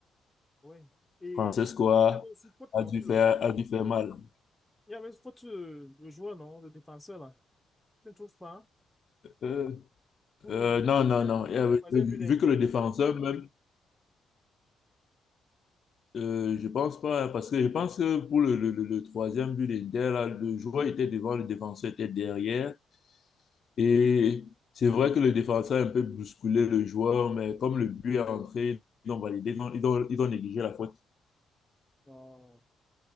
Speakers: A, in the centre; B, on the left (about 50°).
A: Ouais. Et
B: Francesco
A: comme
B: a,
A: il y avait aussi faute,
B: a
A: non,
B: dû
A: sur
B: faire,
A: le jeu.
B: a dû faire mal.
A: Il y avait une faute, euh, le joueur, non, le défenseur, là. Je ne trouve pas.
B: Euh,
A: Ouh,
B: euh, non,
A: troisième
B: non, non.
A: but
B: Et,
A: hein,
B: euh,
A: troisième
B: vu
A: but d'Inter.
B: que le défenseur même, euh, je pense pas, hein, parce que je pense que pour le, le, le- le troisième but d'Inter, là, le joueur était devant, le défenseur était derrière. Et c'est vrai que le défenseur a un peu bousculé le joueur, mais comme le but est entré, ils ont validé, ils ont, ils ont, ils ont négligé la faute.
A: Non.